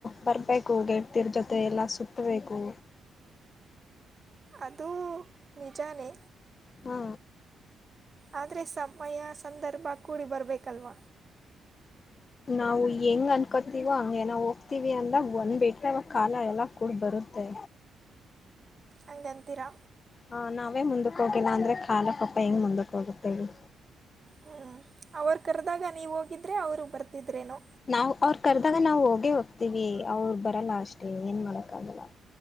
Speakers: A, on the left; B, on the right.
A: ಬರ್ಬೇಕು ಗೆಳ್ತಿರ್ ಜೊತೆ ಎಲ್ಲ ಸುತ್ತ್ ಬೇಕು.
B: ಅದು ನಿಜಾನೆ
A: ಹಾ
B: ಆದರೆ ಸಮಯ ಸಂದರ್ಭ ಕೂಡಿ ಬರ್ಬೇಕಲ್ವ.
A: ನಾವು ಹೆಂಗ್ ಅನ್ಕೊತೀವೋ ಹಂಗೆ ನಾವ್ ಹೋಗ್ತಿವಿ ಅಂದಾಗ ಒಂದಿಟ್ಗಲ್ ಕಾಲ ಎಲ್ಲ ಕೂಡ್ ಬರುತ್ತೆ.
B: ಹಂಗಂತೀರ
A: ಹ ನಾವೇ ಮುಂದಕ್ ಹೋಗಿಲ್ಲ ಅಂದ್ರೆ ಕಾಲ ಪಾಪ ಹೆಂಗ್ ಮುಂದಕ್ ಹೋಗುತ್ತೇಳಿ.
B: ಹ್ಮ್ ಅವ್ರು ಕರ್ದಾಗ ನೀವ್ ಹೋಗಿದ್ರೆ ಅವ್ರು ಬರ್ತಿದ್ರೇನು.
A: ನಾವ್ ಅವ್ರ ಕರ್ದಾಗ ನಾವ್ ಹೋಗೇ ಹೋಗ್ತೀವಿ ಅವ್ರ್ ಬರಲ್ಲ ಅಷ್ಟೆ ಏನ್ ಮಾಡಕಾಗಲ್ಲ.